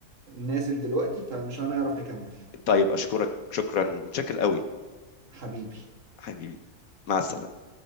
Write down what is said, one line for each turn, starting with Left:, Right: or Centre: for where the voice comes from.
Right: نازل دلوقتي فمش هنعرف نكمل
Left: طيب اشكرك شكرا متشكر قوي
Right: حبيبي
Left: حبيبي مع السلامه